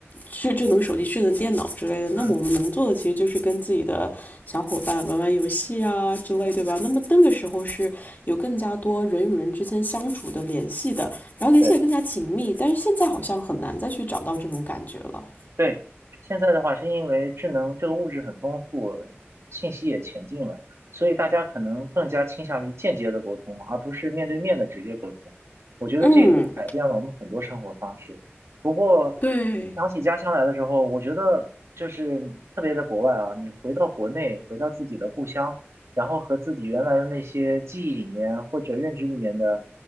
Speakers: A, on the left; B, on the right.
A: 智智能手机、智能电脑之类的，那么我们能做的其实就是跟自己的小伙伴玩玩游戏啊之类，
B: 嗯。
A: 对吧？
B: 对。
A: 那么那个时候是有更加多人与人之间相处的联系的，然后联系也更加紧密。
B: 对
A: 但是现在好像很难再去找到这种感觉了。
B: 对，现在的话是因为智能这个物质很丰富，信息也前进了，所以大家可能更加倾向于间接的沟通，而不是面对面的直接沟通。我觉得这个改变了我们很多生活方式。
A: 嗯，
B: 不过
A: 对
B: 想起家乡来的时候，我觉得就是特别在国外啊，你回到国内，回到自己的故乡，然后和自己原来的那些记忆里面或者认知里面的